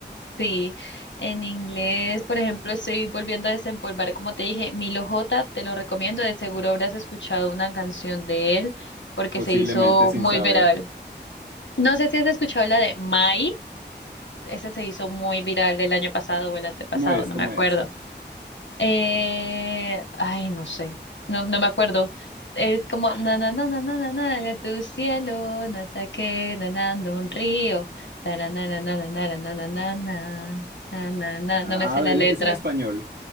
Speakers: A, on the left; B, on the right.
A: sí, en inglés, por ejemplo, estoy volviendo a desempolvar, como te dije, Milo J, te lo recomiendo, de seguro habrás escuchado una canción de él porque
B: posiblemente
A: se hizo
B: sin
A: muy
B: saber,
A: viral. No sé si has escuchado la de Mai, esa se hizo muy viral el año pasado o el antepasado,
B: ¿cómo es?
A: no
B: ¿Cómo
A: me acuerdo.
B: es?
A: Eh, ay, no sé, no, no me acuerdo. Es como na na na na na na na de tu cielo, no sé qué, nanando un río, tara, na na na na na na na na na na na na
B: Ah,
A: no me sé
B: ah,
A: la
B: en-
A: letra.
B: es en español.